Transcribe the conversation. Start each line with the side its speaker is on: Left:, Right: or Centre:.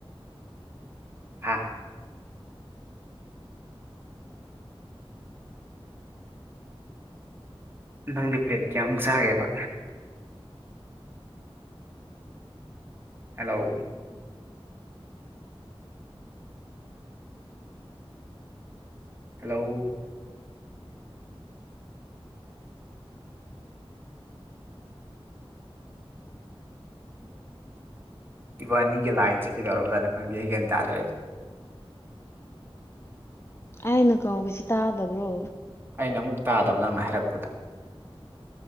Right: ꯍꯥ ꯅꯪꯗꯤ ꯄ꯭ꯂꯦꯠ ꯀꯌꯥꯃꯨꯛ ꯆꯥꯒꯦꯕ ꯍꯜꯂꯣ ꯍꯜꯂꯣ ꯏꯕꯥꯅꯤꯒꯤ ꯂꯥꯏꯟꯁꯦ ꯀꯩꯗꯧꯔꯕꯖꯥ ꯈꯪꯗꯦ ꯑꯩ ꯒꯌꯥꯟ ꯇꯥꯗ꯭ꯔꯦꯅꯦ
Left: ꯑꯩꯅ ꯀꯥꯎꯁꯤ ꯇꯥꯗꯕ꯭ꯔꯣ
Right: ꯑꯩꯅ ꯑꯃꯨꯛ ꯇꯥꯗꯕ ꯅꯪꯅ ꯍꯥꯏꯔꯛꯄꯗꯣ